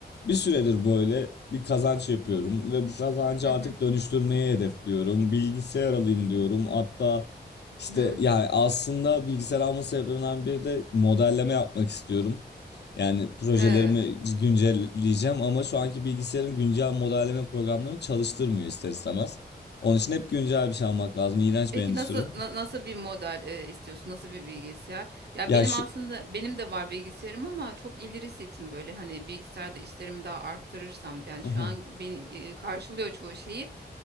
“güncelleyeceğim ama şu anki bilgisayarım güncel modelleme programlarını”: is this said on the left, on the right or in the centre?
Left